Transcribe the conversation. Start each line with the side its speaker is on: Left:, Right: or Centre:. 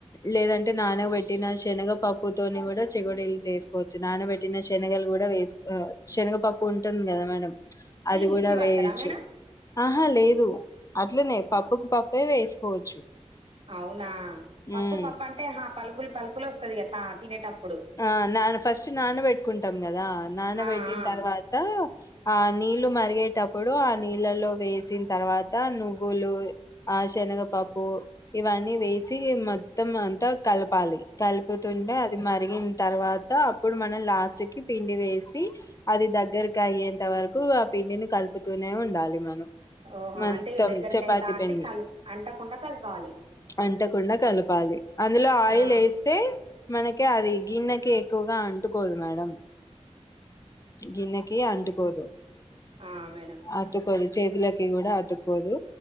Left: లేదంటే పెట్టిన శనగపప్పు తోని కూడా చెగోడీలు చేసుకోవచ్చు నానబెట్టిన శనగలు కూడా వేసు శనగపప్పు ఉంటుంది కదా మేడం అది
Right: మిక్సీ
Left: కూడా
Right: పడతారా
Left: వేయచ్చు
Right: మేడం
Left: ఆహా లేదు అట్లనే పప్పుకు పప్పే వేసుకోవచ్చు
Right: అవునా పప్పు
Left: హ్మ్.
Right: పప్పు అంటే పలుకులు పలుకులు వస్తది గద తినేటప్పు
Left: ఆ నాన్న ఫస్ట్ నానబెట్టుకుంటాం కదా నానబెట్టిన
Right: ఆ ఆ
Left: తర్వాత ఆ నీళ్ళు మరిగేటప్పుడు ఆ నీళ్ళలో వేసిన తర్వాత నువ్వులు ఆ శనగపప్పు ఇవన్నీ వేసి మొత్తం అంతా కలపాలి కలుపుతుండే అది మరి తర్వాత అప్పుడు మనం లాస్ట్ కి పిండి వేసి అది దగ్గరకు అయ్యేంత వరకు ఆ పిండిని కలుపుతూనే ఉండాలి మనం
Right: ఓహో
Left: మొత్తం
Right: అంటే ఇగ దగ్గరకి
Left: చపాతి
Right: అయితా అంటే
Left: పిండి
Right: కల్ అంటకుండా కలపాలి
Left: అంటకుండా కలపాలి అందులో ఆయిల్
Right: ఆ
Left: వేస్తే మనకే అది గిన్నెకి ఎక్కువగా అంటుకోదు మేడం గిన్నెకి అంటుకోదు
Right: ఆ మేడం
Left: అతుకోదు చేతులకి కూడా అతుకోదు